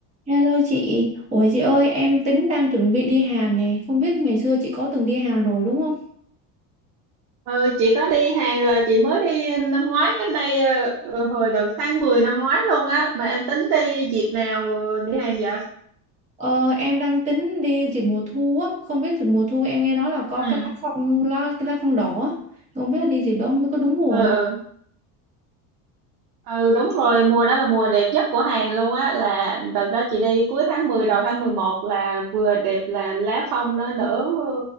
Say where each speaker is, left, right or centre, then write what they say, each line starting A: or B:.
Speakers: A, on the right; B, on the right.
A: Hello chị, ủa chị ơi em tính đang chuẩn bị đi Hàn nè, không biết ngày xưa chị có từng đi Hàn rồi đúng không?
B: Ừ, chị có đi Hàn rồi, chị mới đi ờ, năm ngoái cách đây ờ, ờ, hồi đầu tháng 10 năm ngoái luôn á, mà em tính đi dịp nào ờ, đi Hàn vậy?
A: Ờ, em đang tính đi dịp mùa thu á, không biết dịp mùa thu em nghe nói là có
B: Ừ,
A: cái lá phong lá, cái lá phong đỏ á, không biết là đi dịp đó không biết có đúng mùa
B: ừ,
A: không?
B: ừ, ừ đúng rồi, mùa đó là mùa đẹp nhất của Hàn luôn á, là đợt đó chị đi cuối tháng 10 đầu tháng 11 là vừa đẹp là lá phong nó nở, ờ,